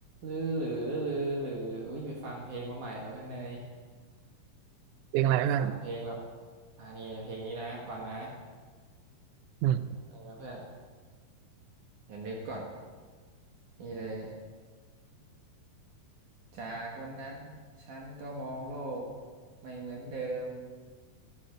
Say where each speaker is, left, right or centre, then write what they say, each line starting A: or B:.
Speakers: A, on the right (about 65°); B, on the right (about 80°).
A: ลือหรือลือลหรืออุ้ยไปฟังเพลงมาใหม่มาเพื่อนเนย
B: เลี้ยงอะไรบ้าง
A: ไปฟังเพลงแบบอ่านี่เพลงนี้นะฟังนะ
B: อืม
A: หนึ่งนะเพื่อนเดี๋ยวนึกก่อนนี่เลยจากวันนั้นฉันก็มองโลกไม่เหมือนเดิม